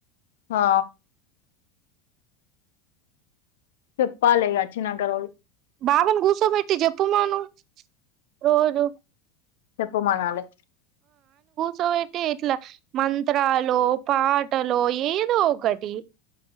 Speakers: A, on the left; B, on the right.
A: ఆ చెప్పాల గచ్చ నాగరవి
B: బాబని కూర్చోబెట్టి చెప్పుమాను రోజు
A: చెప్పమానాాల
B: సో అంటే ఇట్లా మంత్రాలు పాటలు ఏదో ఒకటి